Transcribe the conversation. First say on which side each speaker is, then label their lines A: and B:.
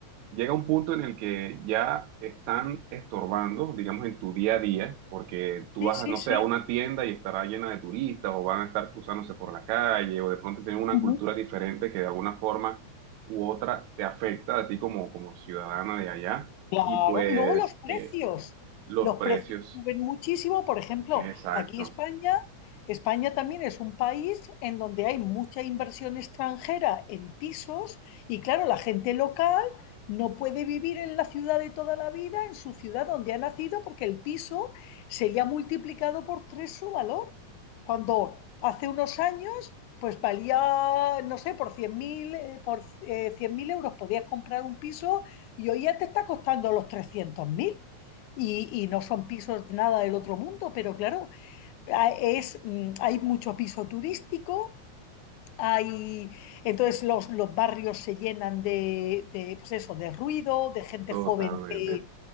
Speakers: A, on the right (about 80°); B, on the left (about 85°).
A: llega un punto en el que ya están estorbando, digamos, en tu día a día, porque tú
B: Sí,
A: vas,
B: sí,
A: no
B: sí.
A: sé, a una tienda y estará llena de turistas o van a estar cruzándose por la calle o de pronto tienen una
B: Ujú.
A: cultura diferente que de alguna forma u otra te afecta a ti como, como ciudadana de allá
B: Claro,
A: y pues
B: y luego los precios.
A: eh, los
B: Los
A: precios,
B: precios suben muchísimo. Por ejemplo,
A: exacto,
B: aquí España, España también es un país en donde hay mucha inversión extranjera en pisos y claro, la gente local no puede vivir en la ciudad de toda la vida, en su ciudad donde ha nacido, porque el piso se le ha multiplicado por tres su valor. Cuando hace unos años, pues valía, no sé, por 100.000 eh, por, eh, 100.000 euros podías comprar un piso y hoy ya te está costando los 300.000 y, y no son pisos nada del otro mundo, pero claro, es, mm, hay mucho piso turístico. Hay, entonces los, los barrios se llenan de, de, pues eso, de ruido, de gente
A: totalmente,
B: joven que,